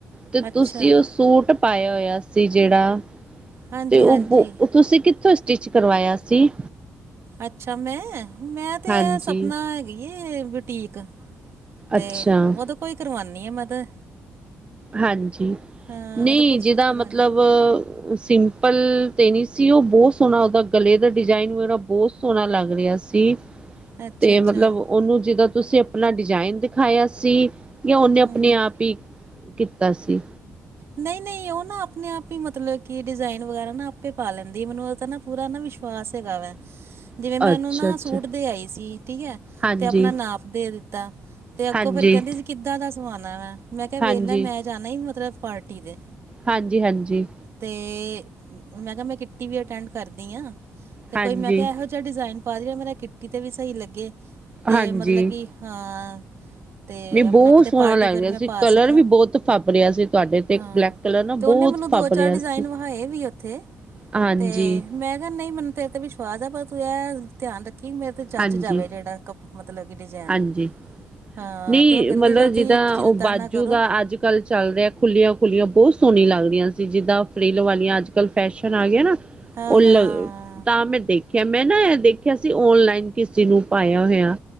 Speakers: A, on the right; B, on the right.
A: ਤੇ
B: ਅੱਛਾ
A: ਤੁਸੀਂ ਉਹ ਸੂਟ ਪਾਇਆ ਹੋਇਆ ਸੀ ਜਿਹੜਾ
B: ਹਾਂਜੀ
A: ਤੇ ਉਹ
B: ਹਾਂਜੀ
A: ਬੋ, ਤੁਸੀਂ ਕਿੱਥੋਂ ਸਟਿਚ ਕਰਵਾਇਆ ਸੀ।
B: ਅੱਛਾ ਮੈਂ, ਮੈਂ ਤੇ
A: ਹਾਂਜੀ
B: ਇਹ ਸਪਨਾ ਹੈਗੀ ਬੁਟੀਕ ਤੇ
A: ਅੱਛਾ
B: ਉਹਦੇ ਕੋਅ ਕਰਵਾਨੀ ਆ ਮੈਂ ਤਾਂ।
A: ਹਾਂਜੀ
B: ਹਾਂ
A: ਨਹੀਂ
B: ਉਹਦੇ ਕੋਈ ਸਟਿਚ
A: ਜਿਹਦਾ
B: ਕਰਵਾਉਣੀ
A: ਮਤਲਬ ਸਿੰਪਲ ਤੇ ਨੀ ਸੀ ਉਹ ਬਹੁਤ ਸੋਹਣਾ ਉਹਦਾ ਗਲੇ ਦਾ ਡਿਜਾਇਨ ਵਗੈਰਾ ਬਹੁਤ ਸੋਹਣਾ ਲੱਗ ਰਿਹਾ ਸੀ।
B: ਅੱਛਾ
A: ਤੇ
B: ਅੱਛਾ
A: ਮਤਲਬ ਉਹਨੂੰ ਜਿਦਾਂ ਤੁਸੀਂ ਆਪਣਾ ਡਿਜ਼ਾਇਨ ਦਿਖਾਇਆ ਸੀ। ਜਾਂ ਉਹਨੇਂ
B: ਹਮ
A: ਆਪਣੇ ਆਪ ਹੀ ਕੀਤਾ ਸੀ।
B: ਨਹੀਂ, ਨਹੀਂ ਉਹ ਨਾ ਆਪਣੇ ਆਪ ਹੀ ਮਤਲਬ ਕਿ ਡਿਜ਼ਾਇਨ ਵਗੈਰਾ ਨਾ ਆਪੇ ਪਾ ਲੈਂਦੀ ਮੈਨੂੰ ਉਹਦੇ ਤੇ ਨਾ ਪੂਰਾ ਨਾ ਵਿਸ਼ਵਾਸ ਹੈਗਾ ਵਾ
A: <inaudible>
B: ਜਿਵੇਂ ਮੈਂ
A: ਅੱਛਾ
B: ਉਹਨੂੰ ਨਾ
A: ਅੱਛਾ
B: ਸੂਟ ਦੇ ਆਈ ਸੀ ਠੀਕ ਹੈ,
A: ਹਾਂਜੀ
B: ਤੇ ਆਪਣਾ ਨਾਪ ਦੇ ਦਿੱਤਾ। ਤੇ ਅੱਗੋਂ
A: ਹਾਂਜੀ
B: ਫੇਰ ਕਹਿੰਦੀ ਜੀ ਕਿੱਦਾਂ ਦਾ ਸਮਾਨਣਾ ਵੈਂ, ਮੈਂ ਕਿਹਾ ਵੇਖਲਾ
A: ਹਾਂਜੀ,
B: ਮੈਂ ਜਾਣਾ ਹੀ ਮਤਲਬ ਪਾਰਟੀ ਤੇ
A: ਹਾਂਜੀ- ਹਾਂਜੀ।
B: ਤੇ ਮੈਂ ਕਿਹਾ ਮੈਂ ਕਿੱਟੀ ਵੀ ਅਟੈਂਡ ਕਰਦੀ ਹਾਂ, ਤੇ
A: ਹਾਂਜੀ।
B: ਕੋਈ ਮੈਂ ਕਿਹਾ ਇਹੋ ਜਿ ਅੱਛਾ ਡਿਜ਼ਾਇਨ ਪਾ ਰਿ ਮੇਰਾ ਕਿੰਟੀ 'ਤੇ ਵੀ ਸਹੀ ਲੱਗੇ ਅਤੇ
A: ਹਾਂਜੀ,
B: ਮਤਲਬ ਕਿ ਹਾਂ ਤੇ
A: ਨਹੀਂ ਬਹੁਤ
B: ਆਪਣਾ ਕਿਤੇ
A: ਸੋਹਣਾ
B: ਪਾਰਟੀ
A: ਲੱਗ
B: ਪਰ
A: ਰਿਹਾ
B: ਮੈਂ
A: ਸੀ,
B: ਪਾ
A: ਕਲਰ
B: ਸਕਾਂ
A: ਵੀ ਬਹੁਤ ਫਬ ਰਿਹਾ ਸੀ। ਤੁਹਾਡੇ ਤੇ
B: ਹਾਂ,
A: ਬਲੈਕ ਕਲਰ ਨਾ
B: ਤੇ ਉਹਨੇ
A: ਬਹੁਤ
B: ਮੈਨੂੰ
A: ਫੱਬ
B: ਦੋ ਚਾਰ
A: ਰਿਹਾ
B: ਡਿਜ਼ਾਇਨ
A: ਸੀ।
B: ਵਹਾਏ ਵੀ ਓਥੇ।
A: ਹਾਂਜੀ,
B: ਤੇ ਮੈਂ ਕਿਹਾ ਨਹੀਂ ਮੈਨੂੰ ਤੇਰੇ ਤੇ ਵਿਸ਼ਵਾਸ ਆ, ਪਰ ਤੂੰ ਇਹ ਧਿਆਨ ਰੱਖੀ ਕਿ ਮੇਰੇ ਤੇ ਜੱਚ
A: ਹਾਂਜੀ,
B: ਜਾਵੇ ਜਿਹੜਾ ਕਪ ਮਤਲਬ ਕਿ ਡਿਜਾਇਨ
A: ਹਾਂਜੀ।
B: ਹਾਂ
A: ਨਹੀਂ
B: ਤੇ ਉਹ ਕਹਿੰਦੀ
A: ਮਤਲਬ
B: ਜਦੋਂ ਤੁਸੀਂ
A: ਜਿੱਦਾਂ
B: ਚਿੰਤਾ
A: ਉਹ ਬਾਜੂ
B: ਨਾ ਕਰੋ।
A: ਦਾ ਅੱਜ -ਕੱਲ ਚੱਲ ਰਿਹਾ ਖੁੱਲੀਆਂ- ਖੁੱਲੀਆਂ ਬਹੁਤ ਸੋਹੀਆਂ ਲੱਗਦੀਆਂ ਸੀ, ਜਿੱਦਾਂ ਫਰਿਲ ਵਾਲੀਆਂ ਅੱਜ- ਕੱਲ ਫੈਸ਼ਨ ਆ ਗਿਆ ਨਾ
B: ਹਾਂ
A: ਉਲ
B: ਹਾਂ
A: ਤਾਂ ਮੈਂ ਦੇਖ ਦੇਖਿਆ ਮੈਂ ਨਾ ਇਹ ਦੇਖਿਆ ਸੀ, ਔਨਲਾਈਨ ਕਿਸੇ ਨੂੰ ਪਾਇਆ ਹੋਇਆ।